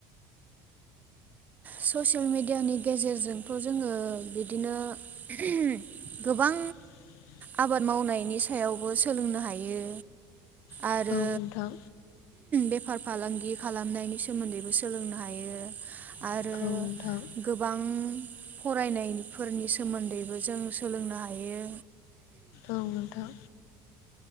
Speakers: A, on the right (about 30°); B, on the left (about 70°).
A: ससियेल मिडियानि गेजेरजोंथ' जोङो बिदिनो ओम गोबां
B: <inaudible>
A: आबाद मावनायनि सायावबो सोलोंनो हायो।
B: औ
A: आरो
B: नोंथां
A: बेफार फालांगि खालामनायनि सोमोन्दैबो सोलोंनो हायो। आरो
B: औ नोंथां
A: गोबां फरायनायफोरनि सोमोन्दैबो जों सोलोंनो हायो।
B: औ नोंथां